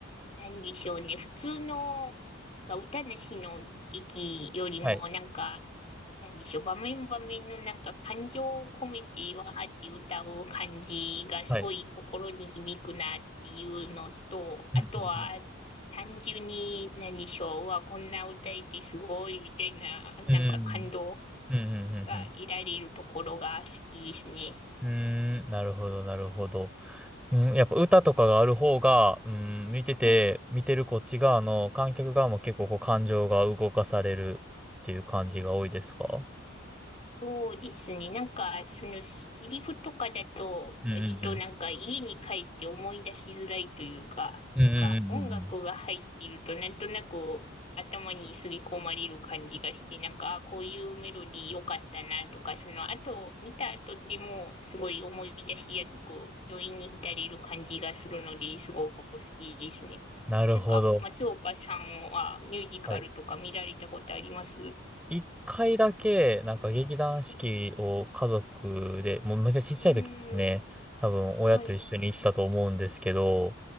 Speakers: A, on the left; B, in the centre.
A: 何でしょうね。普通の、なんか歌なしの劇よりも、
B: はい。
A: なんか、何でしょう。場面場面のなんか感情を込めてわーって歌う感じがすごい心に響くなっていうのと、
B: はい。うん。
A: あとは単純に何でしょう。
B: うん。
A: うわ、こんな歌えてすごいみたいな、
B: うん。
A: なんか感動
B: うん。うん。うん。
A: が得られるところが好きですね。
B: うんうんなるほど、なるほど。うん、やっぱ歌とかがある方が、うん、見てて、
A: はい。
B: 見てるこっち側の観客側も結構こう感情が動かされるっていう感じが多いですか
A: そうですね。なんか、その、セリフとかだと、
B: うんうんうん。
A: 割となんか、家に帰って思い出しづらいというか、
B: うんうんうんうんうん。
A: なんか、音楽が入っていると、なんとなく、頭にすり込まれる感じがして、なんか、あこういうメロディー良かったなとか、その、あと、見た後でも、すごい思い出しやすく、余韻に浸れる感じがするので、すごく好きですね。
B: なるほど。
A: なんか、松岡さんは、ミュージカルとか見られたことあります
B: はい一回だけ、なんか劇団四季を家族で、
A: はい。
B: もうめっちゃちっちゃい時ですね。
A: うーん。
B: 多分親と一緒に行ったと思うんですけど、
A: はい。